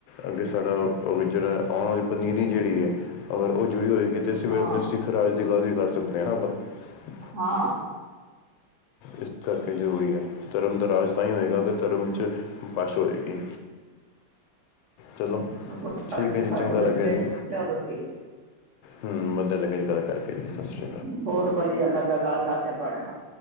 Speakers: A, on the left; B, on the right.
A: ਅੱਗੇ ਸਾਡਾ ਅ ਵੀ ਜੇੜਾ ਆਉਣ ਵਾਲੀ ਪਨੀਂਰੀ ਜੇੜੀ ਏ, ਅਗਰ ਓ ਜੁੜੀ ਹੋਏਗੀ ਤੇ ਅਸੀਂ ਫੇਰ
B: ਹਾਂ
A: ਅਪਨੇ ਸਿ ਰਾਜ ਦੀ ਗੱਲ ਵੀ ਕਰ ਸਕਨੇ ਆ <unintelligible>
B: ਹਾਂ।
A: ਇਸ ਕਰਕੇ ਜਰੂਰੀ ਐ, ਧਰਮ ਦਾ ਰਾਜ ਤਾਂ ਈ ਹੋਏਗਾ ਅਗਰ ਧਰਮ ਵਿੱਚ <unintelligible> ਹੋਏਗੀ ਚਲੋ
B: ਅੱਗੋ
A: ਠੀਕ ਹੈ ਜੀ
B: ਸਾਡੇ
A: ਚੰਗਾ
B: ਬੱਚੇ
A: ਲੱਗਿਆ ਜੀ
B: <unintelligible>
A: ਹੂੰ, ਵਦੀਆ ਲੱਗੇਆ ਜੀ ਗਾੱਲ ਕਰਕੇ ਸਸਰੇ ਆ ਕਾਲ।
B: ਬੋਤ ਬਦੀਆ ਲੱਗਾ ਗਾੱਲ ਕਰਕੇ ਤੁਆੜੇ ਨਾਲ।